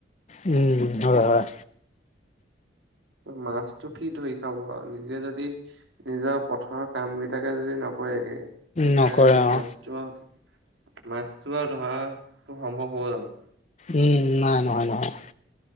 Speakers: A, on the left; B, on the right.
A: উম, হয়, হয়।
B: মাছটো কি ধৰি খাব আৰু, নিজে যদি নিজৰ পথাৰৰ কামকেইটাকে যদি নকৰেগে। <unintelligible>
A: নকৰে
B: মাছটো
A: অ
B: আৰু মাছটো আৰু ধৰাটো সম্ভৱ হ'ব জানো?
A: উম, নাই নহয়, নহয়।